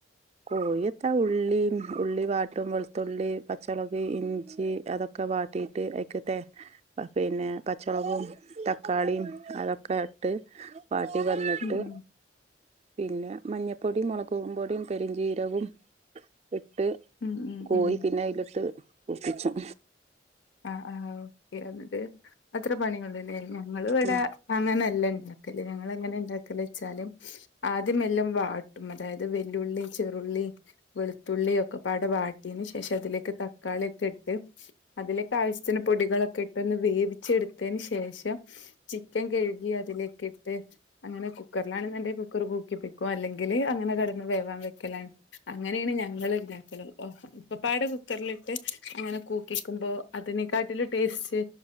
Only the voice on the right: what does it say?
കോഴിയത്താ ഉള്ളി ഉള്ളി വാട്ടും വെളുത്തുള്ളി പച്ചളക് ഇഞ്ചി അതൊ ഒക്കെ വാട്ടിയിട്ട് അയിക്ക് തേ പിന്നെ പാച്ചൊളകും തക്കാളിം അതൊക്കെ ഇട്ട് വാട്ടി വന്നിട്ട്
പിന്നെ മഞ്ഞപ്പൊടി മുളകും പൊടിയും പെരിഞ്ചീരകും ഇട്ട്
കോയി
പിന്നെ അയിലിട്ട് വറ്റിച്ചും
ഉം